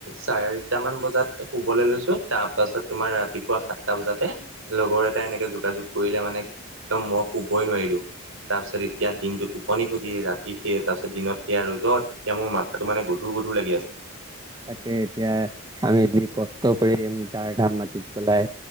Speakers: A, on the right (about 65°); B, on the right (about 15°).
A: চাৰিটামান বজাত শুবলৈ লৈছোঁ তাৰপাছত তোমাৰ ৰাতিপুৱা সাত টা বজাতে লগৰ এটা এনেকে যোগাযোগ কৰিলে মানে একদম মই শুবই নোৱাৰিলো তাৰ পিছত এতিয়া দিনটো টোপনি খটি ৰাতি স তাৰপিত দিনত সেয়া ৰ'দত এতিয়া মোৰ মাথাটো মানে গধো গধু লাগি আছে।
B: তাকে এতিয়া আমি যি কষ্ট কৰি গাৰ ঘাম মাটিত পেলাই